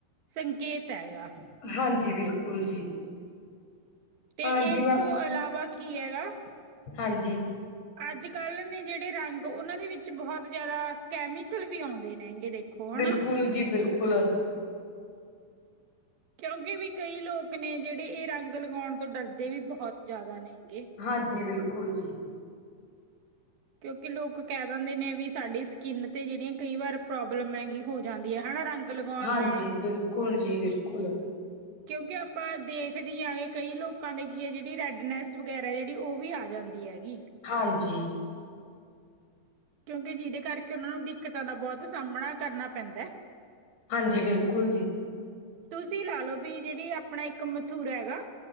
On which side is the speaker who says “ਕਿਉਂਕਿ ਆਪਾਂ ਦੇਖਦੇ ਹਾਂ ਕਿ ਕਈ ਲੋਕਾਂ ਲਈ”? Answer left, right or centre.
Right